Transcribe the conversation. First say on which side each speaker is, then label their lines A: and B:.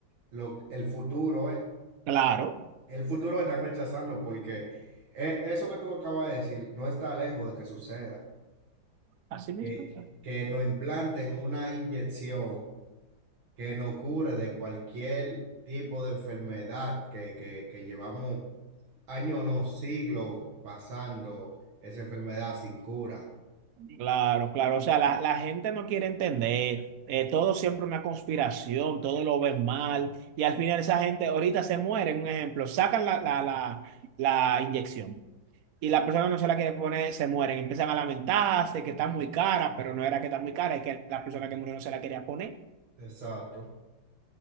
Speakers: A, on the right (about 80°); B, on the right (about 65°).
A: lo, el futuro, ¿eh?
B: Claro,
A: El futuro lo están rechazando porque eh, eso que tú acabas de decir no está lejos de que suceda.
B: Así mismo.
A: Que, que nos implanten una inyección que nos cure de cualquier tipo de enfermedad que, que, que llevamos años, no, siglos pasando esa enfermedad sin cura.
B: claro, claro. O sea, la, la gente no quiere entender. eh, todo siempre una conspiración, todo lo ven mal, y al final esa gente ahorita se muere, un ejemplo, sacan la, la, la, la inyección. y la persona no se la quiere poner, se mueren, empiezan a lamentarse que está muy cara, pero no era que está muy cara, es que la persona que murió no se la quería poner.
A: Exacto.